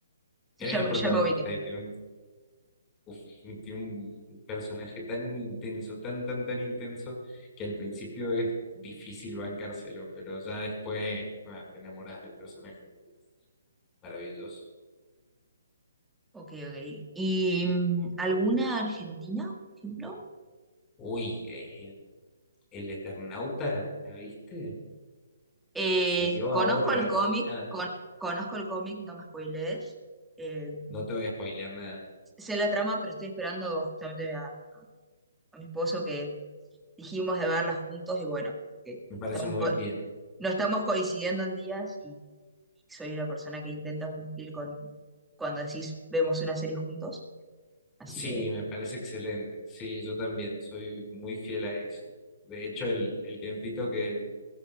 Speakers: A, in the centre; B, on the left.
A: Sí,
B: Él
A: ya,
B: es el
A: me-
B: protagonista
A: ya me ubiqué.
B: y tiene un, uf, tiene un personaje tan intenso, tan, tan, tan intenso, que al principio es difícil bancárselo, pero ya después ah, te enamoras del personaje. Es maravilloso.
A: Ok, ok. ¿Y mm, alguna argentina, por ejemplo?
B: Uy, eh, el Eternauta, ¿la viste?
A: Eh,
B: Salió
A: conozco
B: ahora,
A: el cómic,
B: hace nada.
A: con, conozco el cómic, no me spoilees. Eh,
B: No te voy a spoilear nada.
A: sé la trama, pero estoy esperando justamente a, a mi esposo que dijimos de verla juntos y bueno, que
B: Me parece
A: estamos
B: muy
A: co-
B: bien.
A: no estamos coincidiendo en días soy una persona que intenta cumplir con cuando decís vemos una serie juntos, así
B: Sí,
A: que
B: me parece excelente. Sí, yo también soy muy fiel a eso. De hecho, el, el tiempito que,